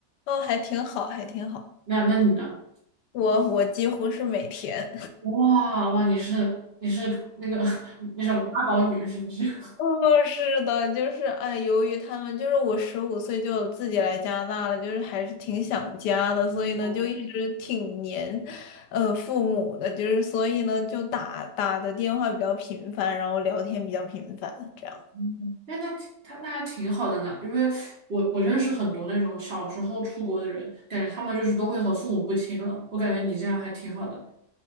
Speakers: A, on the left (about 85°); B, on the right (about 40°).
A: 哦，还挺好，还挺好。
B: 那那你呢？
A: 我我几乎是每天。
B: 哇哇，你是你是那个 <laughs> 那什么八宝女是不是？<laughs>
A: 哦，是的，就是哎，由于他们就是我十五岁就自己来加拿大了，就是还是挺想家的，所以呢就一直挺黏，
B: 哦，
A: 呃，父母的，就是所以呢就打打的电话比较频繁，然后聊天比较频繁，这样。
B: 嗯哎，那挺他那还挺好的呢，因为我我认识很多那种小时候出国的人，感觉他们就是都会和父母不亲了，我感觉你这样还挺好的。